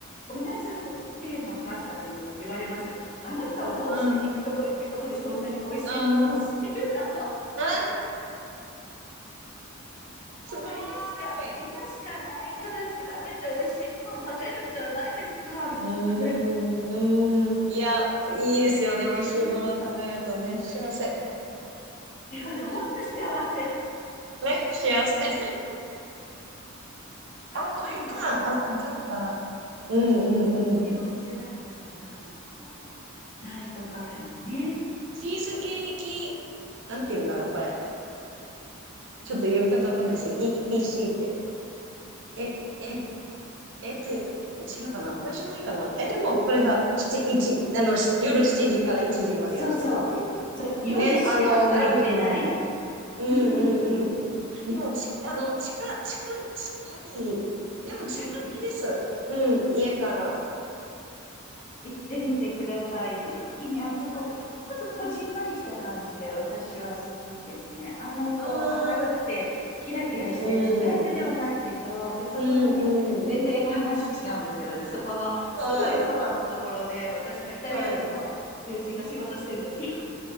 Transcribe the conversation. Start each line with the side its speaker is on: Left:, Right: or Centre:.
Left: 同じホッケーのお母さんにも言われました。あなたはどうして行くとこ行くとこでそんなに美味しいものを知ってるのも
Right: うん、うん。あ、すご
Left: う今しか、
Right: い。
Left: 今しかないから調べて美味しいものを食べるんじゃないですかみたいなね。
Right: うーん、うーん。いや、いいですよね。美味しいものを食べるとね、
Left: <laughs>
Right: 幸せ。
Left: いや、ほんと幸せ。
Right: ね、幸せ。<laughs>
Left: あとでも、
Right: あ、これか。あ、わかった。うんうんうん。
Left: いいお店だったかな、そこ。ナイトカフェのね。
Right: チーズケーキ、なんて言うんだろう、これ。ちょっと読み方わかんないし、ETC って。え、え、えって、違うかなこれじゃないかなえ、でもこれだ。七、一、あの、し夜7時から1時までやってるっていう。
Left: そうそう。そう、夜しか空いてない。
Right: ね、あの、グランビルの。うんうんうん。
Left: うんうんうん。
Right: でも、ち、あの、近、近、近い。でも近めです。
Left: はい
Right: うん、家から。
Left: 行ってみてください。雰囲気にあそこ、
Right: あ行こう。
Left: ちょっとこじんまりした感じで私は好きですね。あんまりこう明るくてキラキラしてるタイプではないけど、
Right: うん。うん。
Left: で、そこのね、
Right: うんうん。
Left: 全然映画話違うんですけどね、そこのすぐそばのところで私のイタリア人の友人が仕事してんですよ。
Right: はい。はい。